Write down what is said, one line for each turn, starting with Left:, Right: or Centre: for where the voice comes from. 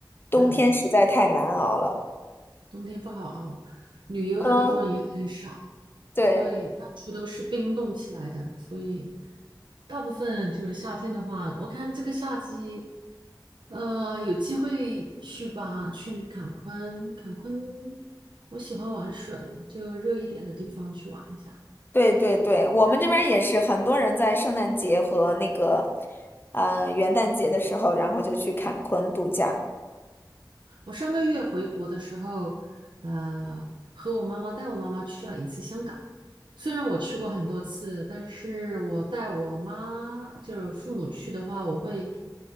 Left: 冬天实在太难熬了。
Right: 对，会冬天不好熬，旅游的地方也很少，
Left: 嗯，对。
Right: 因为到处都是冰冻起来的，所以大部分就是夏天的话，我看这个夏季，呃，有机会去吧，去坎昆，坎昆，我喜欢玩水，就热一点的地方去玩一下。
Left: 对对对，我们这边儿也是很多人在圣诞节和那个，嗯、呃元旦节的时候，然后就去坎昆度假，
Right: 我上个月回国的时候，呃，和我妈妈带我妈妈去了一次香港。虽然我去过很多次，但是我带我妈就是父母去的话，我会，